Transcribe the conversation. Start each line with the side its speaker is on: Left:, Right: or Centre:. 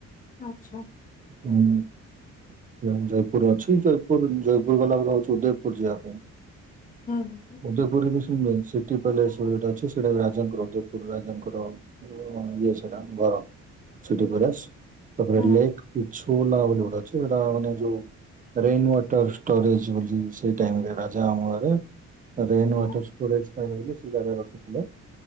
Left: ଆଛା।
Right: ହୁଁ ଜୟପୁର ଅଛି ଜୟପୁର ଜୟପୁର ଗଲାବେଳ ଅଛି ଉଦୟ ଜିବା ପାଇଁ
Left: ହୁଁ ହୁଁଁ।
Right: ଉଦୟପୁର ବି ସିଟି ପ୍ୟାଲେସ୍ଟା ଅଛି ସେଟା ରାଜାଙ୍କର ଉଦୟପୁର ରାଜାଙ୍କ ଇଏ ସେଟା ଘର ଷ୍ଟି ପରେଶ୍
Left: ହୁଁ
Right: ଲେଟ୍। ଇଛୁ ବୋଲି ନା ହେଟା ମାନେ ଯୋଉ ରେନ୍ ୱାଟର ଷ୍ଟ ରେଜ୍ ବୋଲି ସେ ଟାଇମ ରେ ରାଯା ଅମଳରେ ରେନ
Left: ହୁଁ
Right: ୱର ଷ୍ଟରେଜ ପାଇନେ ବୋଲି ସେ ଜାଗାରଖିଥିଲେ।